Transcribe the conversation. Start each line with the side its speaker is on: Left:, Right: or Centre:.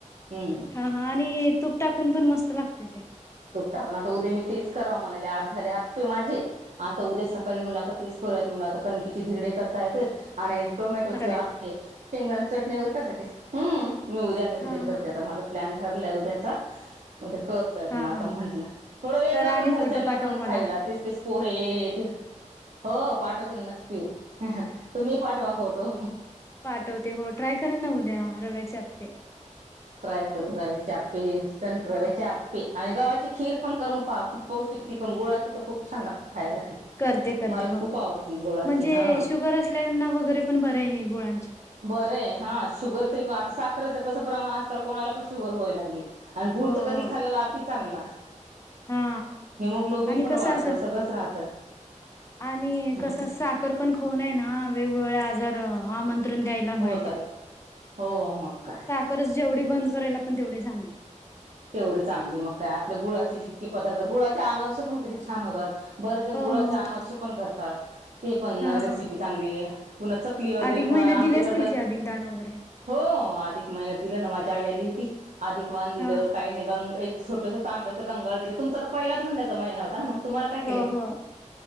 Right: हम्म
Left: हा हा आणि तूप टाकून पण मस्त लागते ते
Right: तो टाकण तर उद्या मी तेच रा म्हणाले आज झाले आप माझे आता उद्या सकाळी म्ह आता तेच करूयत आता कणकीची धरडे करत य आणि टोमॅटो
Left: करेन.
Right: आप शेंगदा चटणी वगैरे करते ते हम् मी उद्या आता तिथे
Left: हा
Right: करते
Left: हा.
Right: आता माझा प्लॅन ठरलाय उद्याचा मग ते करत
Left: हा
Right: मग आता
Left: हा
Right: म्हंटलं थोडं वेगळं
Left: करा आणि फोटो
Right: अडचंला
Left: पाठवा
Right: पण
Left: मला.
Right: खायला तेच तेच पोहे ते हो पाठवते नक्की तुम्ही पाठवा फोटो
Left: पाठवते हो ट्राय करेन ना उद्या रव्याचे हपपे
Right: ट्राय करू रव्याचे आपपे हे इन्स्टंट रव्याचे
Left: हो हो.
Right: आपपे आणि गव्हाची खीर पण करून पाहा खूप पौष्टिकी पण गुळाची तर खूप छान लागते खायला त
Left: करते करते
Right: मला
Left: हो
Right: खूप आवडती गोळाची
Left: म्हणजे
Right: हा
Left: शुगर असल्याना वगैरे पण बरे आहे हे गुळांचे.
Right: बर आहे हा शुगर तरी
Left: हा.
Right: आता साखरच कसं प्रमाण कोणाला पण शुगर व्हाय लागली आणि गुळ
Left: हो
Right: तर कधी
Left: हो
Right: खाल्ला ती चांगला.
Left: हा
Right: हिमोग्लोबिन
Left: आणि
Right: पण
Left: कसं
Right: वाढतं
Left: असं
Right: सगळंच राहतं.
Left: आणि
Right: हम्म
Left: कस साखर पण खाऊनय ना वेगवेगळे्या आजार आमंत्रण द्यायला व्हायल.
Right: होत आहेत हो मग. काय
Left: साखरच जेवढी बंद करायला पण तेवढी सांगली.
Right: तेवढी चांगली मग काय आपल्या गुळाची
Left: हम्म.
Right: जितकीे पदार्थ गुळाचे अनारसे पण किती छान होतात. बरे जण
Left: हो
Right: गुळाचे
Left: हो
Right: अनारसे
Left: होत
Right: पण करतात. ते पण
Left: हा
Right: रेसिपी
Left: हा.
Right: चांगली आहे. पुन्हा चकली वगैरे
Left: अधिक महिन्यात
Right: पण आमची
Left: दिले
Right: इथ
Left: असतील
Right: तर
Left: की अधिक दान वगैरे
Right: हो आधिक महिनत दि ना माझा आई आली होती अधिक वान दिलं.
Left: हा
Right: काही नाही गंग एक छोटंसं तांब्याच गंगा दिलं तुमचा तर पहिला ोंड्याचा महिना होता ना मग. तुम्हाला काय केले
Left: हो हो